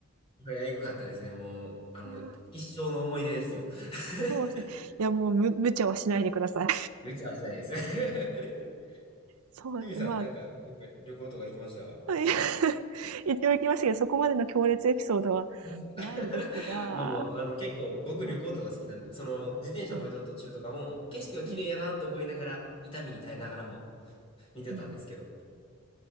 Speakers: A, on the left; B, on the right.
A: えぐかったですね。もう、あの、
B: いや、
A: 一生の思い出ですよ。<laughs>
B: そうですね。いや、もうむ、無茶はしないでください。
A: めっちゃはしないです。<laughs> ふ
B: そうですね。
A: みさん、
B: まあ、
A: なんか、なんか旅行とか行きました
B: <laughs> 一応行 <laughs> きましたけど、そこまでの強烈エピソードは
A: まず <laughs>
B: ないですが、
A: まあまあ、あの、結構、僕旅行とか好きなんで、
B: ま
A: その、自転車こいでる途中とかも、
B: あ、はい。
A: 景色は綺麗やなと思いながら、
B: うん。
A: 痛みに耐えながらも見てたんですけど。
B: うん